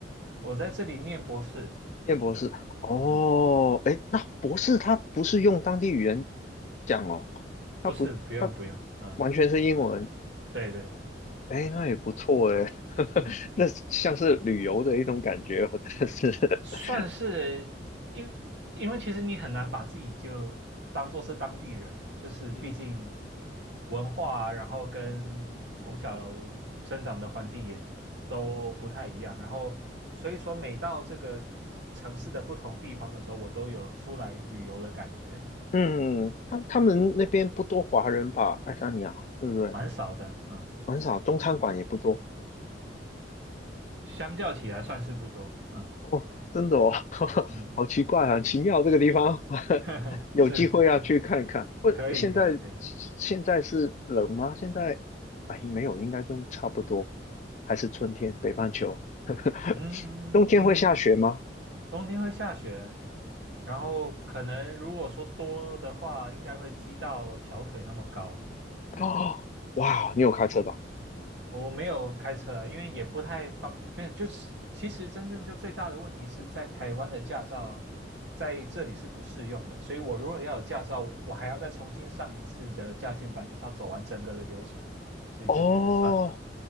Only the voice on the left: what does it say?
念博士？哦，
诶，那博士他不是用当地语言讲哦，他不，
他
完全是英文。
诶，那也不错诶，<laughs>
那像是旅游的一种感觉哦，真的是。
<laughs>
嗯
嗯，他他们那边不多华人吧？爱沙尼亚，对不对？
很少，中餐馆也不多。
哦，真的哦，<laughs>
好奇怪啊，很奇妙这个地方，<laughs>
有机会要去看看。
不，
现在现在是冷吗？现在哎，没有，应该跟差不多，还是春天，北半球。<laughs>
冬天会下雪吗？
哦，哇，你有开车吧？
哦